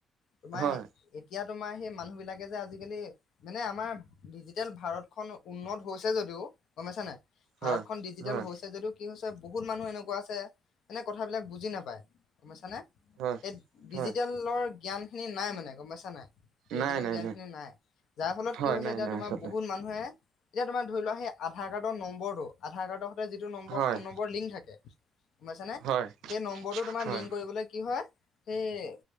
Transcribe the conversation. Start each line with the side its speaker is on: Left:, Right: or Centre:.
Left: তোমাৰ,
Right: হয়
Left: এতিয়া তোমাৰ, সেই মানুহ বিলাকে যে আজিকালি, মানে, আমাৰ ডিজিটেল ভাৰতখন, উন্নত হৈছে যদিও, গম পাইছা নাই? ভাৰতখন
Right: হয়
Left: ডিজিটেল
Right: হয়
Left: হৈছে, যদিও কি হৈছে, বহুত মানুহ এনেকুৱা আছে, এনে কথাবিলাক বুজি নাপায়, গম পাইছানে?
Right: হয়!
Left: ডিজিটেলৰ
Right: হয়
Left: জ্ঞান খিনি নাই মানে, গম পাইছা নাই? ডিজিটেল
Right: নাই নাই
Left: জ্ঞান খিনি নাই। যাৰ ফলত
Right: হয়
Left: কি হৈছে,
Right: নাই
Left: এতিয়া
Right: নাই
Left: তোমাৰ
Right: আচলতে
Left: বহুত মানুহ, ধৰে। এতিয়া তোমাৰ ধৰি লোৱা, সেই আধাৰ কাৰ্ডৰ নম্বৰটো, আধাৰ কাৰ্ডৰ যিটো নম্বৰ,
Right: হয়
Left: ফোন নম্বৰত লিংক থাকে, গম পাইছানে?
Right: হয়
Left: সেই, নম্বৰটো তোমাৰ
Right: হয়
Left: লিংক কৰিবলৈ কি হয়, সেই,